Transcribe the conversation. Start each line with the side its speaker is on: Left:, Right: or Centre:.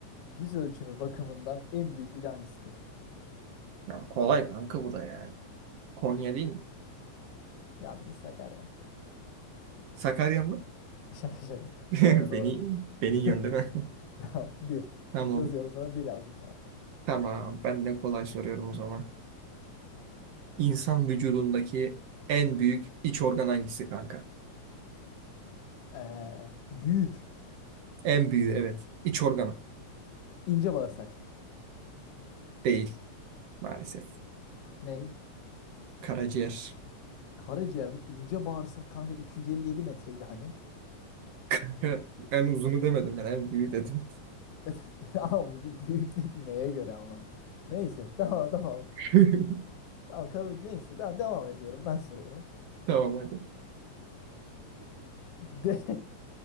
Left: yüz ölçümü bakımından en büyük ili hangisidir?
Right: Ya, kolay kanka bu da yani. Konya değil mi?
Left: Yanlış Sakarya.
Right: Sakarya mı?
Left: <laughs> Şaka şaka.
Right: <laughs>
Left: Konya doğru.
Right: Beni, beni
Left: <laughs>
Right: yöndü <laughs>
Left: Tamam, bir.
Right: Tamam.
Left: Yazıyorum sana, bir yazdım sana.
Right: Tamam, ben de kolay soruyorum o zaman. İnsan vücudundaki en büyük iç organ hangisi kanka?
Left: Ee, büyük.
Right: En büyüğü evet. İç organı
Left: ince bağırsak.
Right: değil maalesef.
Left: Ney?
Right: Karaciğer.
Left: Karaciğer mi? İnce bağırsak kanka 257 metreydi hani.
Right: <laughs> En uzunu demedim ben en büyüğü dedim.
Left: <laughs> Ama bu büyüklük neye göre ama. Neyse, tamam tamam.
Right: <laughs>
Left: Tamam, kabul neyse. Tamam, devam ediyorum. Ben soruyorum.
Right: Tamam hadi.
Left: <laughs> De